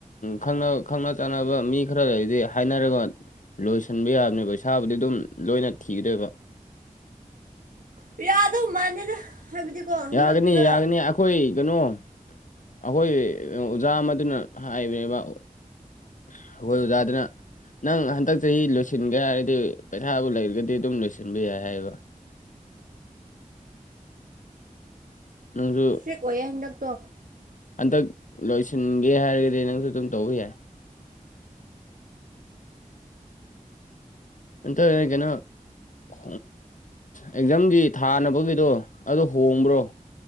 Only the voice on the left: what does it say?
ꯈꯪ ꯈꯪꯅ ꯆꯥꯟꯅꯕ ꯃꯤ ꯈꯔ ꯂꯩꯗꯤ ꯍꯥꯏꯅꯔꯒ ꯂꯣꯏꯁꯤꯟꯕ ꯌꯥꯕꯅꯦꯕꯩ ꯏꯁꯥꯕꯨꯗꯤ ꯑꯗꯨꯝ ꯂꯣꯏꯅ ꯊꯤꯒꯗꯣꯏꯕ
ꯌꯥꯒꯅꯤ
ꯌꯥꯒꯅꯤ ꯑꯩꯈꯣꯏ ꯀꯩꯅꯣ ꯑꯩꯈꯣꯏ ꯑꯣꯖꯥ ꯑꯃꯗꯨꯅ ꯍꯥꯏꯕꯕ ꯑꯩꯈꯣꯏ ꯑꯣꯖꯥꯗꯨꯅ ꯅꯪ ꯍꯟꯗꯛ ꯆꯍꯤ ꯂꯣꯏꯁꯤꯟꯒꯦ ꯍꯥꯏꯔꯗꯤ ꯄꯩꯁꯥꯕꯨ ꯂꯩꯔꯒꯗꯤ ꯑꯗꯨꯝ ꯂꯣꯏꯁꯤꯟꯕ ꯌꯥꯏ ꯍꯥꯏꯌꯦꯕ ꯅꯁꯨ
ꯍꯟꯗꯛ ꯂꯣꯏꯁꯤꯟꯒꯦ ꯍꯥꯏꯔꯒꯗꯤ ꯅꯪꯁꯨ ꯑꯗꯨꯝ ꯇꯧꯕ ꯌꯥꯏ ꯑꯇꯣ ꯀꯩꯅꯣ ꯑ ꯑꯦꯛꯖꯥꯝꯒꯤ ꯊꯥꯅꯕꯒꯤꯗꯣ ꯑꯗꯨ ꯍꯣꯡꯕ꯭ꯔꯣ